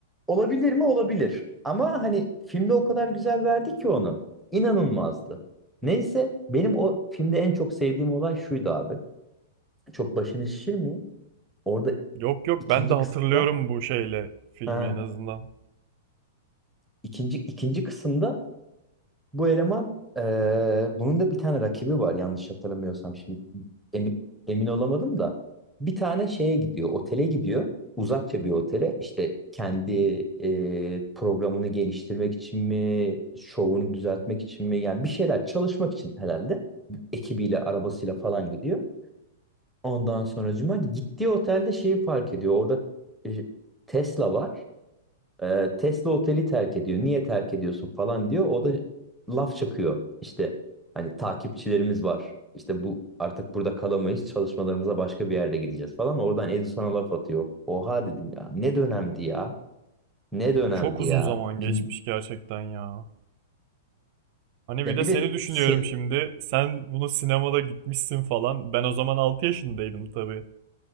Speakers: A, in the centre; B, on the right (about 40°).
A: olabilir mi? Olabilir. Ama hani filmde o kadar güzel verdi ki onu. İnanılmazdı. Neyse benim o filmde en çok sevdiğim olay şuydu abi. Çok başını şişirmeyeyim. Orada
B: Yok yok
A: ikinci
B: ben de hatırlıyorum
A: kısımda
B: bu şeyle filmi
A: ha,
B: en azından.
A: ikinci ikinci kısımda Bu eleman eee, bunun da bir tane rakibi var yanlış hatırlamıyorsam şimdi emi- emin olamadım da bir tane şeye gidiyor otele gidiyor uzakça bir otele işte kendi eee, programını geliştirmek için mi şovunu düzeltmek için mi yani bir şeyler çalışmak için herhalde ekibiyle arabasıyla falan gidiyor. Ondan sonracıma gittiği otelde şeyi fark ediyor orada e, Tesla var ee, Tesla oteli terk ediyor. Niye terk ediyorsun falan diyor. O da laf çakıyor. İşte hani takipçilerimiz var. İşte bu artık burada kalamayız. Çalışmalarımıza başka bir yerde gideceğiz falan. Oradan Edison'a laf atıyor. Oha dedim ya. Ne dönemdi ya. Ne dönemdi
B: Çok uzun
A: ya.
B: zaman
A: Bin...
B: geçmiş gerçekten ya. Hani
A: Ya
B: bir de
A: bir
B: seni
A: de
B: düşünüyorum
A: se-
B: şimdi. Sen bunu sinemada gitmişsin falan. Ben o zaman 6 yaşındaydım tabii.